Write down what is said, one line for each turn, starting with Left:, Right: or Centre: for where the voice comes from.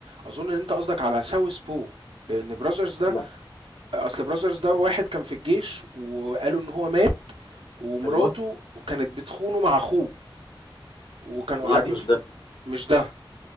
Right: اظن ان انت قصدك على ساوث بو لان براذرز ده
Left: لا
Right: اصل براذرز ده
Left: <laughs>
Right: واحد كان في الجيش وقالوا ان هو مات ومراته
Left: ايوه
Right: كانت بتخونه مع اخوه وكانوا
Left: لا
Right: قاعدين
Left: مش
Right: في
Left: ده
Right: مش ده